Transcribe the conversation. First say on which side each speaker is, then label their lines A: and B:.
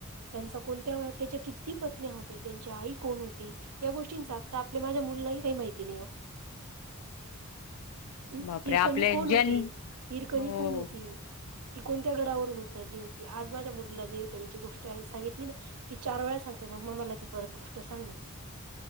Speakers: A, on the right (about 85°); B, on the left (about 85°).
A: त्यांचा कोणत्या? त्यांच्या किती पत्नी होत्या त्यांच्या आई कोण होती? या गोष्टींचा आता आपल्या माझ्या मुलालाही काही माहिती नाही हो
B: <unintelligible>
A: हम्
B: बापरे!
A: हिरकणी
B: आपल्या
A: कोण होती?
B: जन
A: हिरकणी
B: हो.
A: कोण होती? ती कोणत्या गडावरून उतरली होती? आज माझ्या मुलीला जर्- ची गोष्ट आहे सांगितली, ना ती चार वेळा सांगते मग म मला ती परत गोष्ट सांगना.